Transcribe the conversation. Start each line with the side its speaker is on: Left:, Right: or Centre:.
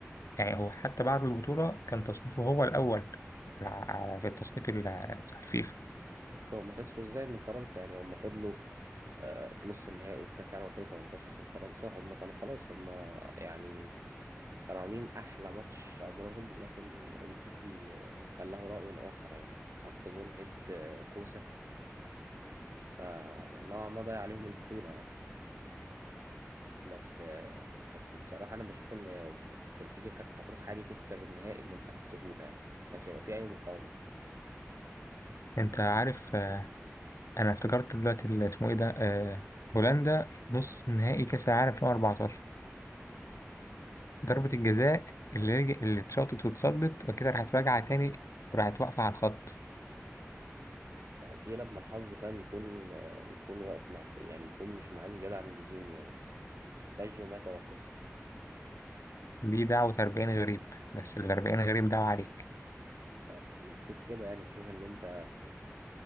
Left: يعني هو حتى بعد البطولة كان تصنيفه هو الأول على على- في التصنيف ال- بتاع الفيفا
Right: هم خسروا ازاي من فرنسا يعني هم فضلوا آه، في نص النهائي في كأس العالم 2018 قصاد فرنسا هم كانوا خلاص هم يعني كانوا عاملين أحلى ماتش عمرهم ولكن أومتيتي آه، كان له رأي آخر يعني حط جون هيد آه، كوسة فنوعا ما ضيع عليهم البطولة يعني بس بس بصراحة أنا بشوف إن بلجيكا كانت هتروح عادي تكسب النهائي بمنتهى السهولة يعني كانش هيبقى فيه أي مقاومة
Left: أنت عارف آه، أنا افتكرت دلوقتي اللي اسمه إيه ده آه، هولندا نص نهائي كأس العالم 2014 ضربة الجزاء اللي رج- اللي اتشاطت واتصدت وكده راحت راجعة تاني وراحت واقفة على الخط
Right: دي لما الحظ فاهم يكون يكون واقف مع يعني يكون مش معاك زيادة عن اللزوم يعني باجيو ما توقفه
Left: دي دعوة 40 غريب بس ال 40 غريب دعوة عليك
Right: أنا بشوف كده يعني بشوف إن أنت